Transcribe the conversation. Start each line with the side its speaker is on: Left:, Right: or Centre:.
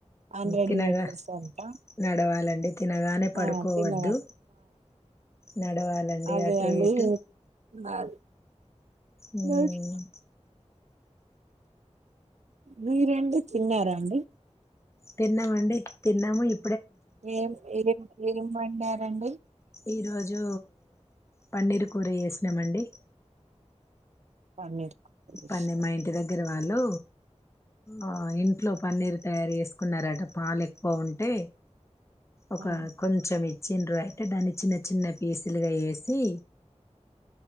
Right: హండ్రెడ్
Left: తినగా
Right: మీటర్స్ అంతా
Left: నడవాల తినగానే పడుకోవద్దు
Right: ఆ తిన్నగా
Left: నడవాలండి
Right: అదే
Left: అటు
Right: అండి
Left: ఇటు
Right: నాది.
Left: ఉమ్
Right: మరి మీరండి తిన్నారండి
Left: తిన్నామండి తిన్నాము ఇ
Right: ఎం ఎం ఎం వండరు రండి
Left: ఈ రోజు పన్నీర్ కూర వేస్ న్నామండి
Right: పన్నీర్ కూర చేశారా?
Left: పన్నీ మా ఇంటి దగ్గర వాళ్ళు ఆ ఇంట్లో పనిరు తయారు చేసుకున్నారట పాలు ఎక్కువ ఉంటే ఒక
Right: ఆ
Left: కొంచెం ఇ ఇచెన్ ర అయితే దాన్ని చిన్న చిన్న పీసులుగా వేసి